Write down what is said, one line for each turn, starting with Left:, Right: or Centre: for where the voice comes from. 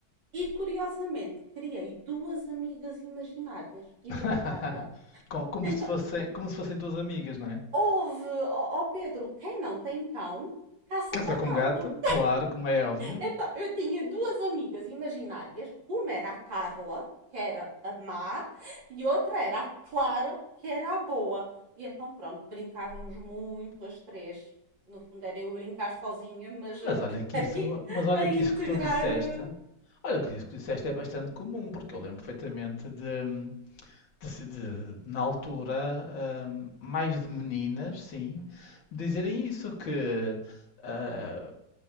Right: E curiosamente, criei duas amigas imaginárias e
Left: <laughs>
Right: brincava.
Left: Com- Como
Right: Então,
Left: se fossem, como se fossem duas amigas, não é?
Right: houve, ó ó Pedro, quem não tem cão, caça
Left: Casa
Right: com
Left: com gato,
Right: gato.
Left: claro, como é óbvio.
Right: Então, eu tinha duas amigas imaginárias. Uma era a Carla, que era a má, e outra era a Clara, que era a boa. E então, pronto, brincávamos muito as três. No fundo, era eu brincar sozinha, mas eh,
Left: Mas olha
Right: <laughs>
Left: que
Right: aqui
Left: isso, mas olha
Right: a integrar.
Left: que isso que tu disseste,
Right: eh,
Left: olha que isso que disseste é bastante comum, porque eu lembro perfeitamente de, de se- de- na altura, ahm, mais de meninas, sim, dizerem isso que ah,